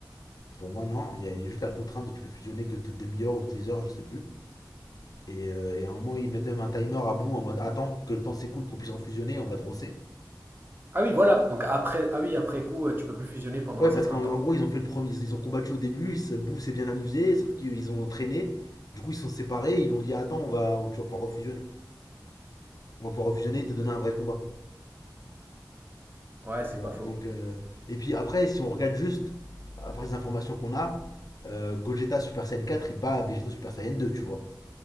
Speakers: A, on the left (about 55°); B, on the right (about 30°).
A: Pour moi, non. Il y a juste la contrainte de tu peux fusionner que toutes les demi-heures ou toutes les heures, je sais plus. Et, euh, et à un moment, ils mettent même un timer à bout en mode attends que le temps s'écoule, qu'on puisse refusionner, on va te rosser.
B: Ah oui, voilà. Donc après, ah oui, après coup, euh, tu peux plus fusionner pendant
A: Ouais,
B: un certain
A: parce qu'en
B: temps.
A: en gros, ils ont fait le premier, ils ont combattu au début, ils se- Boo s'est bien amusé, sauf qu'ils ont traîné. Du coup, ils se sont séparés, ils lui ont dit Attends, on va, tu vas pouvoir refusionner. On va pouvoir refusionner et te donner un vrai combat.
B: Ouais, c'est
A: Tu vois,
B: pas faux.
A: donc. euh, Et puis après, si on regarde juste, après les informations qu'on a, euh, Gogeta Super Saiyan 4, il bat Vegeta Super Saiyan 2, tu vois.